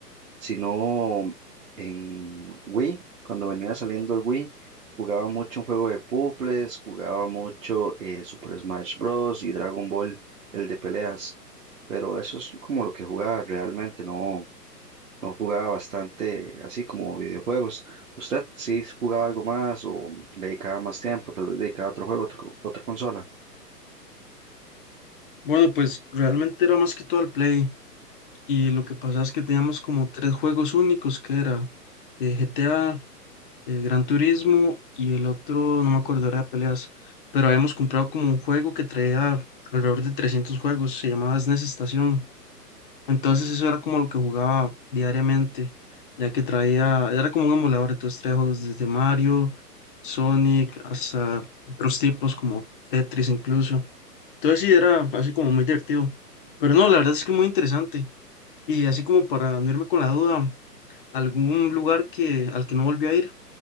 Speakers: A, on the right; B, on the left.
A: sino en Wii, cuando venía saliendo el Wii, jugaba mucho un juego de puzzles, jugaba mucho eh, Super Smash Bros. y Dragon Ball, el de peleas, pero eso es como lo que jugaba realmente, no, no jugaba bastante así como videojuegos. ¿Usted sí jugaba algo más o dedicaba más tiempo, tal vez dedicaba a otro juego, otro- otra consola?
B: Bueno, pues realmente era más que todo el Play y lo que pasaba es que teníamos como tres juegos únicos que era eh, GTA. el Gran Turismo y el otro, no me acuerdo, era de peleas, pero habíamos comprado como un juego que traía alrededor de 300 juegos, se llamaba SNES Estación. Entonces eso era como lo que jugaba diariamente, ya que traía, era como un emulador, entonces traía juegos desde Mario, Sonic, hasta otros tipos como Tetris incluso. Entonces sí, era así como muy divertido. Pero no, la verdad es que muy interesante. Y así como para unirme con la duda, algún lugar que, al que no volví a ir